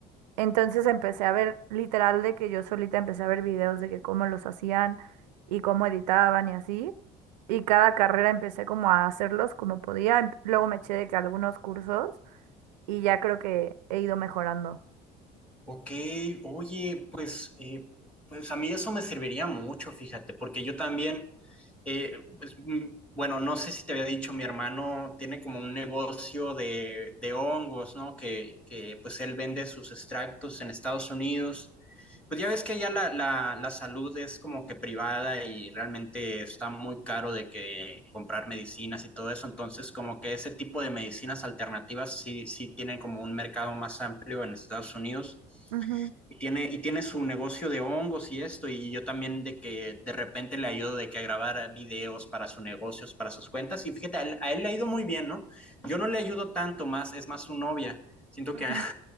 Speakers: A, on the right; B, in the centre.
A: Entonces empecé a ver, literal, de que yo solita empecé a ver videos de que cómo los hacían y cómo editaban y así. Y cada carrera empecé como a hacerlos como podía. Em- Luego me eché de que algunos cursos y ya creo que he ido mejorando.
B: Ok, oye, pues, eh, pues a mí eso me serviría mucho, fíjate, porque yo también, eh, pues, mm, bueno, no sé si te había dicho, mi hermano tiene como un negocio de, de hongos, ¿no? Que, que pues él vende sus extractos en Estados Unidos pues ya ves que ya la, la, la salud es como que privada y realmente está muy caro de que comprar medicinas y todo eso, entonces como que ese tipo de medicinas alternativas sí, sí tienen como un mercado más amplio en Estados Unidos.
A: Ujú,
B: Y tiene, y tiene su negocio de hongos y esto, y yo también de que de repente le ayudo de que a grabar videos para sus negocios, para sus cuentas, y fíjate, a él, a él le ha ido muy bien, ¿no? Yo no le ayudo tanto más, es más su novia. Siento
A: ujú.
B: que a,